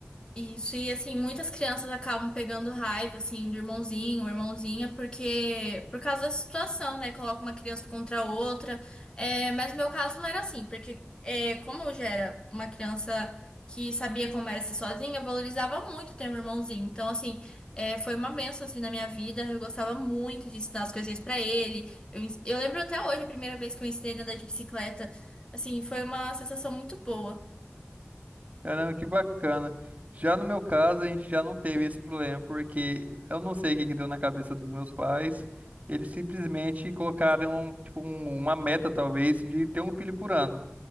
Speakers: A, on the left; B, on the right.
A: Isso, e assim, muitas crianças acabam pegando raiva, assim, do irmãozinho ou irmãzinha, porque, por causa da situação, né, coloca uma criança contra a outra, é, mas no meu caso não era assim, porque é, como eu já era uma criança que sabia como era ser sozinha, eu valorizava muito ter um irmãozinho, então, assim, é, foi uma bênção, assim, na minha vida, eu gostava muito de ensinar as coisinhas pra ele, eu, ens- eu lembro até hoje a primeira vez que eu ensinei a andar de bicicleta, assim, foi uma sensação muito boa.
B: Caramba, que bacana. Já no meu caso, a gente já não teve esse problema, porque eu não sei o que que deu na cabeça dos meus pais. Eles simplesmente colocaram, tipo, um- uma meta, talvez, de ter um filho por ano.